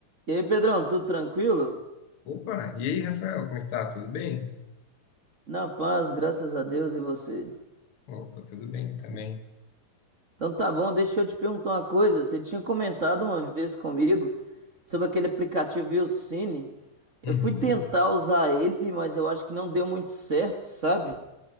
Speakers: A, on the right (about 60°); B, on the left (about 55°).
A: E aí, Pedrão, tudo tranquilo?
B: Opa, e aí, Rafael, como é que tá? Tudo bem?
A: Na paz, graças a Deus e você.
B: Opa, tudo bem também.
A: Então tá bom, deixa eu te perguntar uma coisa. Você tinha comentado uma vez comigo sobre aquele aplicativo Willcine. Eu
B: Uhum.
A: fui tentar usar ele, mas eu acho que não deu muito certo, sabe?